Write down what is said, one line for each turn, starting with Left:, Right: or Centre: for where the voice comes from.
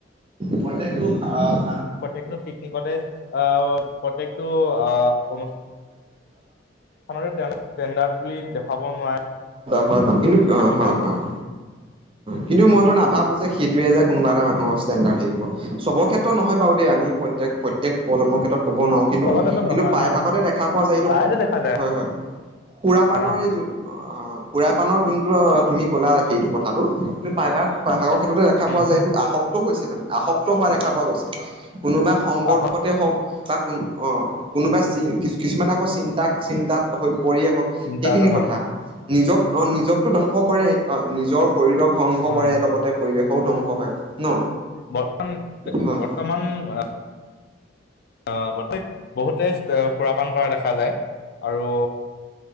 Right: প্ৰজেক্টো <unintelligible>
Left: প্ৰত্যেকটো পিকনিকতে অহ প্ৰত্যয়েকটো আহ অনুষ <inaudible> ষ্ঠানৰে তেওঁলোকে তেণ্ডাৰ্ড বুলি দেখাব নোৱাৰে
Right: ভাবে। কিন্তু অঁ হয় হয়
Left: <unintelligible>
Right: হয় কিন্তু মইতো নাভাবো যে সেইটোৱে যে কোনোবা এটা মানুহৰ ইচতেনদাৰ <unintelligible> চবৰ ক্ষেত্ৰত নহয় বাৰু। কে আমি প্ৰত্যেক -প্ৰত্যেক প্ৰজন্মৰ ক্ষেত্ৰত ক'ব নোৱাৰো কিন্তু
Left: চবৰ
Right: -কিন্তু
Left: ক্ষেত্ৰত নহয়
Right: প্ৰায়ভাগতে দেখা পোৱা যায় <unintelligible> এইটো
Left: প্ৰায়তো দেখা যায়
Right: হয়- হয়। সুৰা পানৰ
Left: অ
Right: <unintelligible> সুৰা পানৰ যোনটো তুমি কলা সেইটো কথাটো। কিন্তু প্ৰায়ভাগ- প্ৰায়ভাগক ক্ষেত্ৰতে দেখা
Left: উম
Right: পোৱা যায় এইটো আসক্ত হৈছে মানে আসক্ত
Left: হয়
Right: হোৱা দেখা পোৱা গৈছে। কোনোবা সংগৰ
Left: আহক
Right: দুখতে হওক বা কোনো অহ কোনোবা যি কিছুমানে আক চিন্তাক চিন্তাত হৈ পৰিয়ে হওক
Left: চিন্তা
Right: সেইখিনি
Left: নহয়
Right: কথা নিজক অহ নিজকতো উপ কৰে হয় অ নিজৰ শৰীৰক সংস
Left: হয়
Right: কৰে লগতে। ঘৰু ধ্বংস হয় ন
Left: বৰ্তমান
Right: হয়
Left: বৰ্তমান অ বহুতে সুৰা পান কৰা দেখা যায় আৰু